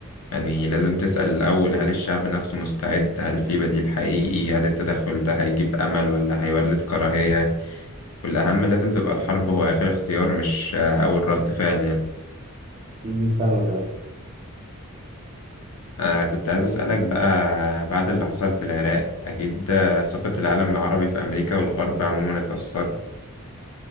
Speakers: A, on the left; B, on the right.
A: يعني لازم تسأل الأول هل الشعب نفسه مستعد هل في بديل حقيقي هل التدخل ده هيجيب أمل ولا هيولد كراهية والأهم لازم تبقى الحرب هو آخر اختيار مش آه، أول رد فعل يعني
B: مم، فاهمك يا مدحت.
A: آه كنت عايز أسألك بقى بعد اللي حصل في العراق أكيد آه، ثقة العالم العربي في أمريكا والغرب عموما اتأثرت